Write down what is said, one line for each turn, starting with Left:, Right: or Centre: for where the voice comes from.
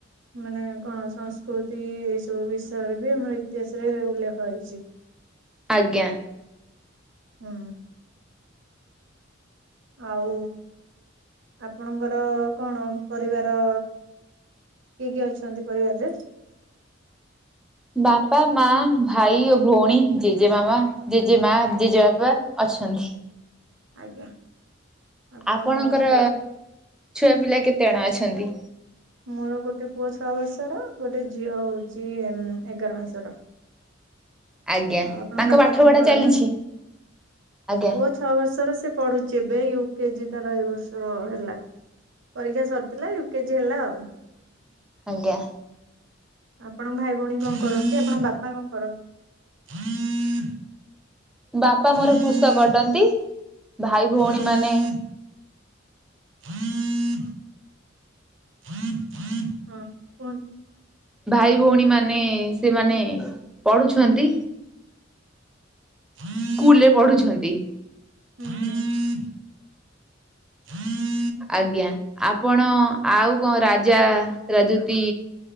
Right: ମାନେ କଣ ସଂସ୍କୃତି ଏଇ ସବୁ ବିଷୟରେ ବି ଆମର ଇତିହାସରେ ଉଲ୍ଲେଖ ହେଇଛି।
Centre: ଆଜ୍ଞା।
Right: ହୁଁ। ଆଉ ଆପଣଙ୍କର କଣ ପରିବାର କିଏ କିଏ ଅଛନ୍ତି ପରିବାରରେ?
Centre: ବାପା ମା ଭାଇ ଓ ଭଉଣୀ ଜେଜେମାମା ଜେଜେମା ଜେଜେବାପା ଅଛନ୍ତି।
Right: ଆଜ୍ଞା। ଆପଣ
Centre: ଆପଣଙ୍କର
Right: ତାହେଲେ
Centre: ଛୁଆ ପିଲା କେତେଜଣ ଅଛନ୍ତି?
Right: ମୋର ଗୋଟେ ପୁଅ ଛଅ ବର୍ଷର ଗୋଟେ ଝିଅ ହଉଛି ଏଗାର ମାସର।
Centre: ଆଜ୍ଞା
Right: ଆଉ ଆପଣଙ୍କ
Centre: ତାଙ୍କ
Right: ବାପା
Centre: ପାଠ
Right: କଣ
Centre: ପଢା
Right: କରନ୍ତି
Centre: ଚାଲିଛି
Right: ପୁଅ
Centre: ଆଜ୍ଞା
Right: ଛଅ ବର୍ଷର ସେ ପଢ଼ୁଛି ଏବେ ୟୁ କେଜି ତାର ଏ ବର୍ଷ ହେଲା। ପରୀକ୍ଷା ସରିଥିଲା ୟୁକେଜି ହେଲା ଆଉ।
Centre: ଆଜ୍ଞା।
Right: ଆପଣଙ୍କ ଭାଇ ଭଉଣୀ କଣ କରନ୍ତି ଆପଣଙ୍କ ବାପା କଣ କରନ୍ତି?
Centre: ବାପା
Right: କୁହନ୍ତୁ।
Centre: ମୋର କୃଷକ ଅଟନ୍ତି ଭାଇ ଭଉଣୀମାନେ
Right: ହୁଁ <inaudible> ହଁ କୁହନ୍ତୁ।
Centre: ଭାଇ ଭଉଣୀମାନେ ସେମାନେ ପଢୁଛନ୍ତି।
Right: ହୁଁ।
Centre: ସ୍କୁଲରେ ପଢୁଛନ୍ତି।
Right: <inaudible> <inaudible>
Centre: ଆଜ୍ଞା ଆପଣ ଆଉ କଣ ରାଜା ରାଜୁତି